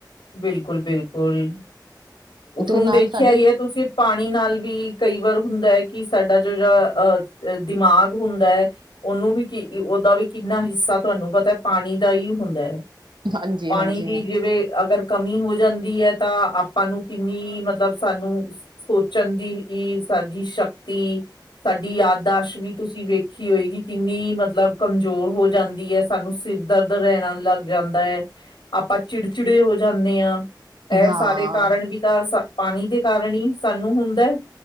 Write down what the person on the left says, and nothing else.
ਬਿਲਕੁਲ-ਬਿਲਕੁਲ
ਹੁਣ
ਦੇਖਿਆ
ਈ ਐ ਤੁਸੀਂ ਪਾਣੀ ਨਾਲ ਵੀ ਕਈ ਵਾਰ ਹੁੰਦਾ ਐ ਕਿ ਸਾਡਾ ਜੋ ਜਾ ਅਹ ਦਿਮਾਗ ਹੁੰਦੈ। ਉਹਨੂੰ ਵੀ ਕੀ-ਕੀ ਉਹਦਾ ਵੀ ਕਿੰਨਾ ਹਿੱਸਾ ਤੁਹਾਨੂੰ ਪਤਾ ਪਾਣੀ ਦਾ ਹੀ ਹੁੰਦੈ।
ਪਾਣੀ
ਦੀ
ਜਿਵੇਂ ਅਗਰ ਕਮੀ ਹੋ ਜਾਂਦੀ ਐ ਤਾਂ ਆਪਾਂ ਨੂੰ ਕਿੰਨੀ ਮਤਲਬ ਸਾਨੂੰ ਸੋਚਣ ਦੀ ਈ ਸਾਡੀ ਸ਼ਕਤੀ ਸਾਡੀ ਯਾਦਦਾਸ਼ਤ ਵੀ ਤੁਸੀਂ ਵੇਖੀ ਹੋਏਗੀ ਕਿੰਨੀ ਮਤਲਬ ਕਮਜ਼ੋਰ ਹੋ ਜਾਂਦੀ ਐ ਸਾਨੂੰ ਸ ਦਰਦ ਰੈਣਾਂ ਲੱਗ ਜਾਂਦਾ ਹੈ ਆਪਾਂ ਚਿੜਚਿੜੇ ਹੋ ਜਾਂਣੇ ਆਂ ਇਹ
ਸਾਰੇ ਕਾਰਨ ਵੀ ਤਾਂ ਪਾਣੀ ਦੇ ਕਾਰਨ ਈ ਸਾਨੂੰ ਹੁੰਦਾ।